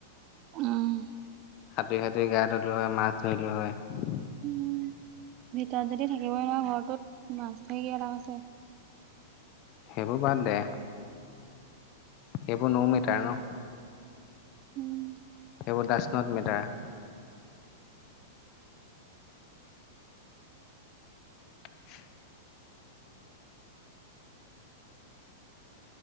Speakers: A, on the right (about 40°); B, on the left (about 45°).
A: উম।
B: সাঁতুৰি সাঁতুৰি গা ধুলোঁ হয় মাছ ধৰিলোঁ হয়।
A: উম', ভিতৰত যদি থাকিবই নোৱাৰ ঘৰটোত মাছ ধৰি কিবা লাভ আছে?
B: সেইবোৰ বাদ দে। সেইবোৰ ন মিটাৰ ন।
A: উম
B: সেইবোৰ দাচ নত মেটাৰ। <inaudible>